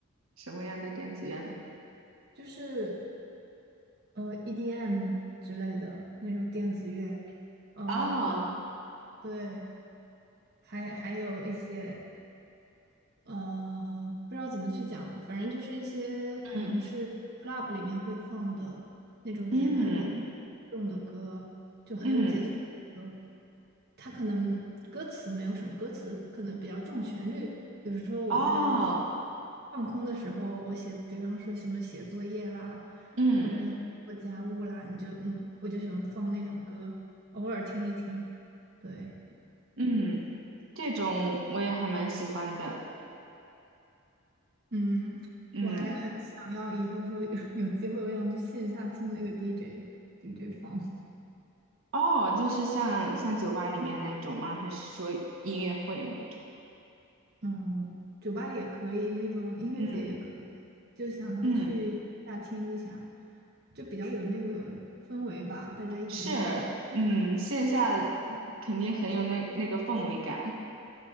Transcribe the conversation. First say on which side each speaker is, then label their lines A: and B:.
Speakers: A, on the right; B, on the right.
A: 什么样的电子乐呢？
B: 就是呃 EDM 之类的那种电子乐，呃，
A: 哦，
B: 对，还还有一些。呃，不知道怎么去讲，反正就是一些可能是
A: 嗯
B: club 里面会放的那种节拍比较
A: 嗯
B: 重的歌，就很有节奏的歌。
A: 嗯，
B: 它可能歌词没有什么歌词，可能比较重旋律。有时候我在放
A: 哦，
B: 放空的时候，我写，比方说什么写作业啦，
A: 嗯。
B: 或者你做家务啦，你就嗯，我就喜欢放那种歌，偶尔听一听。对。
A: 嗯，这种我也还蛮喜欢的。
B: 嗯，
A: 嗯，
B: 我还很想要以后说有 <laughs> 有机会，我想去线下听那个 DJ DJ 放，
A: 哦，就是像像酒吧里面那种吗？还是说音乐会那种？
B: 嗯，酒吧里也可以，那种音乐节也可以，
A: 嗯
B: 就想要去线下听一下，
A: 嗯，
B: 就比较有那个氛围吧，大家一起在那里，
A: 是，嗯，线下肯定很有那那个氛围感。